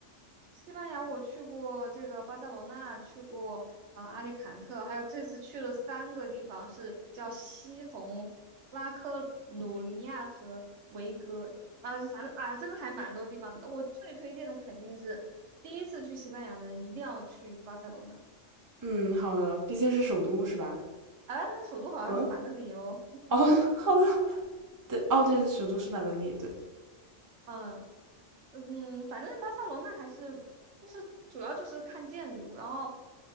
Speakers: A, on the right; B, on the right.
A: 西班牙我去过这个巴塞罗那，去过呃阿里坎特，还有这次去了三个地方，是叫西红、拉科鲁尼亚和维戈啊，反正啊，真的还蛮多地方的。我最推荐的肯定是第一次去西班牙的人一定要去巴塞罗那，
B: 嗯，好的，毕竟是首都是吧？
A: 啊，首都好像是马德里哦，
B: 嗯，哦，<laughs> 好的，好的。对，哦，对，首都是马德里，对。
A: 嗯。嗯，反正巴塞罗那还是，就是主要就是看建筑，然后，